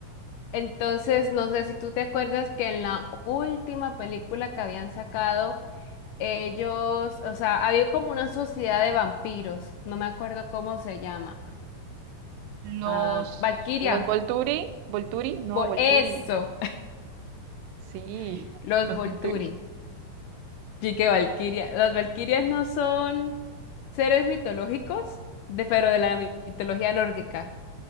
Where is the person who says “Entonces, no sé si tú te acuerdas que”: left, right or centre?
Left